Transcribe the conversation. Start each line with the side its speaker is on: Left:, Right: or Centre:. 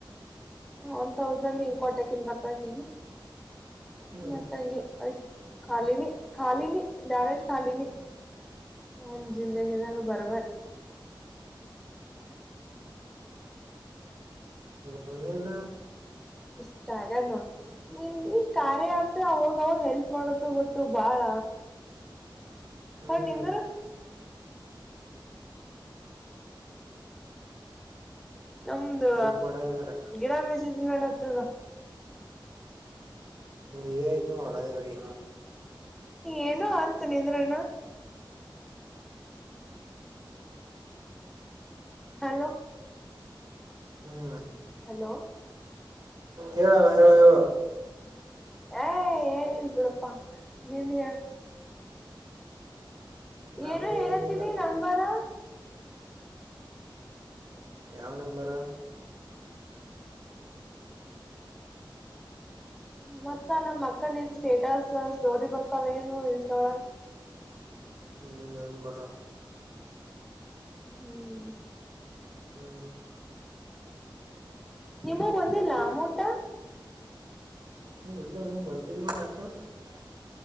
Centre: ಒಂದ್ ತೌಸಂಡ್ ಹಂಗ ಕೋಟೆಗಿನ್ ಬಕ್ಕಾಗಿ
Right: ಹ್ಞೂ
Centre: ಮತ್ತಂಗಿ ಆಯ್ತು ಖಾಲಿನಿ ಖಾಲಿನಿ ಡರೆಕ್ಟ್ ಖಾಲಿನಿ ಹ ಜಿಂದಗಿ ಸ ಬರಬರ್
Right: ಗೊಣ್ಣಿಲ್ಲ
Centre: ಇಷ್ಟಾಗನ್ನ ನಿಮ ಈ ಕಾರ್ಯ ಆತ್ರೆ ಅವಾಗ ಅವಾಗ ಹೆಲ್ಪ್ ಮಾಡದು ಗೊತ್ತು ಬಾಳ
Right: ಹ್ಞೂ
Centre: ತ್ಣ ನಿಂದರು ನಮ್ದು
Right: ಹೆಲ್ಪ್ ಮಾಡ್ಯಾರ
Centre: ಗಿಡ ಮೆಸಜ್ ಮಾಡೇಡತ್ರದ
Right: ಇದಯನ ಮಾಡಣದೇವರಿ
Centre: ಏನು ಅಂತ ನಿಂದ್ರಣ್ಣ ಹಲೋ
Right: ಹ್ಞೂ
Centre: ಹಲೋ
Right: ಹೇಳ ಹೇಳೋ ಹೇಳೋ
Centre: ಹೇ ಏನಿಲ್ಲ ಬಿಡಪಾ ನಿನ್ನೆ ಹೇಳ
Right: ನಮ್ದು
Centre: ಏನೋ ಹೇಳತದಿ
Right: ಏನಿಲ್ಲ
Centre: ನಂಬರಾ
Right: ಯಾವ ನಂಬರ
Centre: ಮತ್ತ ನಮ್ಮ ಅಕ್ಕನ್ನ್ ಸ್ಟೇಟಸ್ ಸ್ಟೋರಿ ಬರ್ತಾವೇನು ಇನ್ಸ್ಟಳಗ
Right: ಇಲ್ಲ ಏನು ಬರ
Centre: ಹ್ಮ್
Right: ಹ್ಞೂ
Centre: ನಿಮೂವ ಬಂದಿಲ್ಲ ಅಮೌಂಟ
Right: <inaudible>